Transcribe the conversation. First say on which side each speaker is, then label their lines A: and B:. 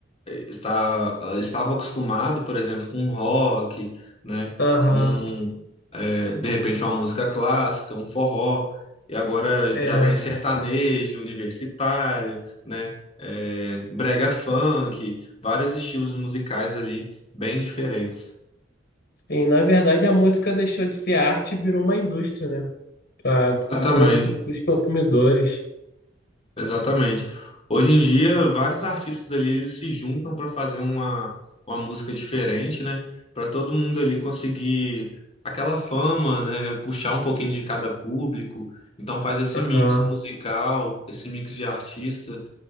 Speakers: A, on the left; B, on the left.
A: está, estava acostumado, por exemplo, com rock, né?
B: Aham.
A: Com, é, de repente, uma música clássica, um forró, e agora
B: É.
A: já vem sertanejo, universitário, né? é, brega funk, vários estilos musicais ali bem diferentes.
B: Sim, na verdade, a música deixou de ser arte e virou uma indústria, né? Para
A: Exatamente.
B: os consumidores.
A: Exatamente. Hoje em dia, vários artistas ali eles se juntam para fazer uma, uma música diferente, né? Para todo mundo ali conseguir aquela fama, né? Puxar um pouquinho de cada público. Então faz esse
B: Aham,
A: mix musical, esse mix de artista.